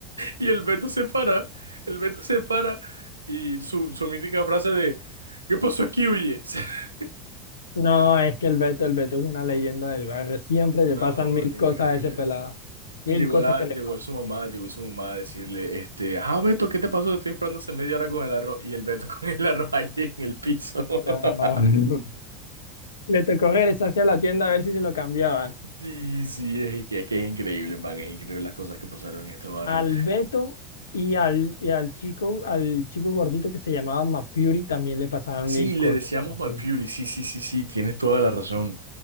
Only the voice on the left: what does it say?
No, es que el Beto, el Beto es una leyenda del barrio. Siempre le
pasan
mil
cosas a ese pelado.
Mil
cosas
que
le pasan.
No. <laughs> Le tocó regresar hacia la tienda a ver si se lo cambiaban.
Al Beto y al, y al chico, al chico gordito que se llamaba Mafury también le pasaron
mil
cosas
a Mafury.